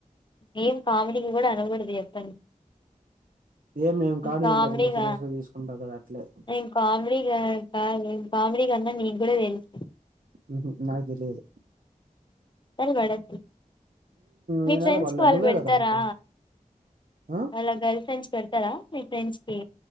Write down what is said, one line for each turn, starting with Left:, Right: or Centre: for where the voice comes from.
Left: ఏం కామెడీకి కూడ అనకూడదు ఎప్ప
Right: ఏం నేను కార్డుంగ్
Left: కామెడిగ
Right: అన్నప్పుడు నువ్వు సీరియస్ గా తీసుకుంటావు కదా అట్లే
Left: అది కామెడిగా కాదు కాయీడిగా అన్న నీక్కూడా తెలుసి
Right: ఉహు నాక్ తెలియదు
Left: పెడద్దు మీ
Right: నేనాడ
Left: ఫ్రెండ్స్
Right: పడలే
Left: కి వాళ్ళు
Right: నువ్వే
Left: పెడతారా
Right: కదా అంటావు ఆ?
Left: వాల్లా గర్ల్ ఫ్రెండ్స్ పెడతరా మీ ఫ్రెండ్స్ కి